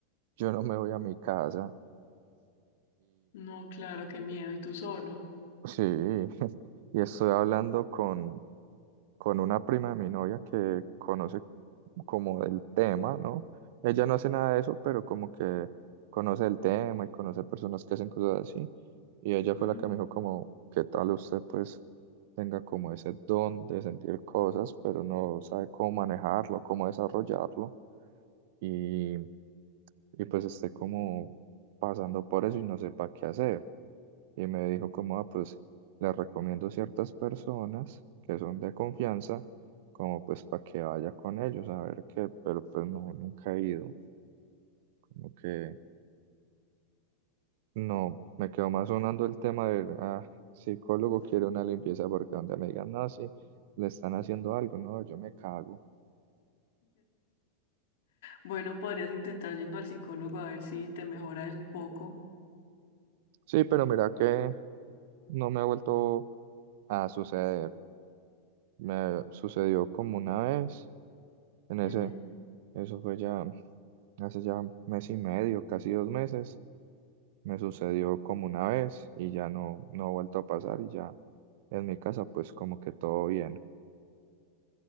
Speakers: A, on the right; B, on the left.
A: yo no me voy a mi casa.
B: No, claro, qué miedo, y tú solo.
A: Sí, <laughs> y estoy hablando con, con una prima de mi novia que conoce como del tema, ¿no? Ella no hace nada de eso, pero como que conoce el tema y conoce personas que hacen cosas así. Y ella
B: Ujú.
A: fue la que me dijo como, ¿qué tal usted pues tenga como ese don de sentir cosas, pero no sabe cómo manejarlo, cómo desarrollarlo? y, y pues esté como pasando por eso y no sepa qué hacer. Y me dijo como, ah, pues le recomiendo ciertas personas que son de confianza, como pues para que vaya con ellos a ver qué, pero pues no, nunca he ido, como que no, me quedó más sonando el tema de, ah, psicólogo quiere una limpieza porque donde me digan, no, sí, le están haciendo algo, no, yo me cago.
B: Bueno, podrías intentar yendo al psicólogo a ver si te mejora un poco.
A: Sí, pero mira que no me ha vuelto a suceder. Me sucedió como una vez, en ese,
B: Ujú.
A: eso fue ya hace ya mes y medio, casi dos meses, me sucedió como una vez y ya no, no ha vuelto a pasar y ya en mi casa pues como que todo bien.